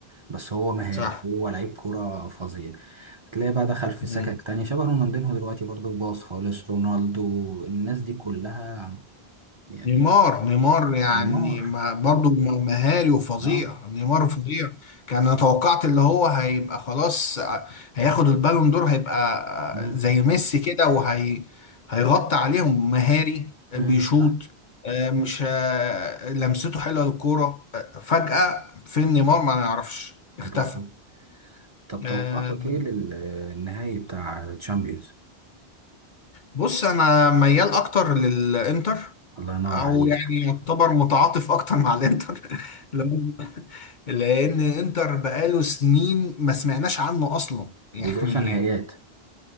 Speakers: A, on the right; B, on the left.
A: بس هو مهاري
B: صح
A: هو لعيب كوره فظيع هتلاقيه بقى دخل في
B: مم.
A: سكك تاني شبه رونالدينهو دلوقتي برضه باظ خالص رونالدو الناس دي كلها يعني
B: نيمار نيمار يعني
A: نيمار
B: ما برضو م- مهاري وفظيع
A: اه
B: نيمار فظيع كان انا توقعت اللي هو هيبقى خلاص ع- هياخد البالون دور هيبقى
A: امم
B: آه، زي ميسي كده وهي هيغطي عليهم مهاري آه،
A: امم
B: بيشوط
A: صح
B: آه، مش آه، لمسته حلوه للكوره آه، فجأة فين نيمار ما نعرفش اختفى
A: بالظبط طب توقعاتك
B: آه،
A: ايه للنهائي بتاع تشامبيونز
B: بص انا ميال اكتر للانتر
A: الله ينور
B: او
A: عليك
B: يعني يعتبر متعاطف اكتر مع الانتر <laughs> لان انتر بقاله سنين ما سمعناش عنه اصلا <laughs> يعني
A: وبيوصل نهائيات